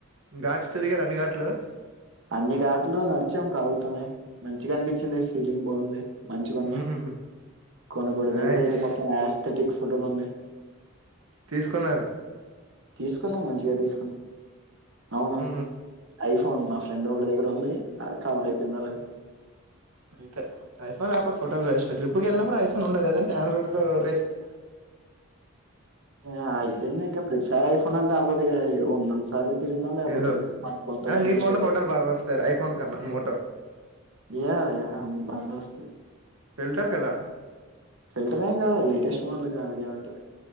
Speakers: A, on the right (about 85°); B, on the right (about 60°).
A: ఘాట్స్ తిరిగరా అన్ని ఘాట్లు
B: అన్ని ఘట్లు నడిచాం కాళ్ళతోనే మంచిగా అనిపించింది ఫీలింగ్ బాగుంది మంచిగా ఉన్నాయి
A: మ్మ్
B: కొనకూడదు
A: నైస్
B: దగ్గర అయితే మొత్తం ఆస్థెటిక్ ఫోటోలు ఉన్నాయి
A: తీసుకున్నారు
B: తీసుకున్నాం మంచిగా తీసుకున్నాం అవునవును
A: ఉ
B: ఐఫోన్ మా ఫ్రెండ్ ఒకడి దగ్గర ఉంది అది కవర్ అయిపోయింది అలాగ
A: అంతే టై ఫా టోటల్ వేస్ట్ ట్రిప్కి వెళ్ళినప్పుడు ఐఫోన్ ఉండాల లేదంటే ఆండ్రాయిడ్ తో వేస్ట్
B: ఆ అయిపోయిందింక ప్రత్ సారయిఫో కపోతే ఇగ ఈ ఓ నాన్ను సార్లు తిరుగుతాం. లేపోతే
A: ఏదో
B: లేదు. మ <unintelligible> పొంతనేఏజిష్టపో
A: అయినా నీ ఫోన్ లో ఫోటోలు బాగా వస్తాయి ఐఫోన్ కన్నా మోటో
B: ఏ ఏను బాగ్ వస్తయ్
A: వెళ్తార్ కదా
B: ఫిల్టర్ ఏం కాదా లేటెస్ట్ మోడల్ క అలాగే ఉంటది.